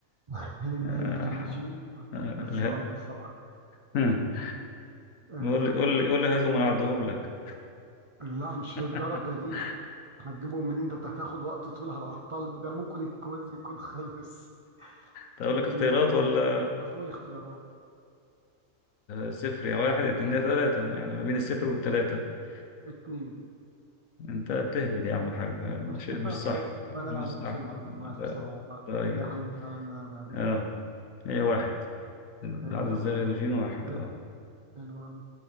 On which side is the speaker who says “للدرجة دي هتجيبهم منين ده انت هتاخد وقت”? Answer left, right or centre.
Right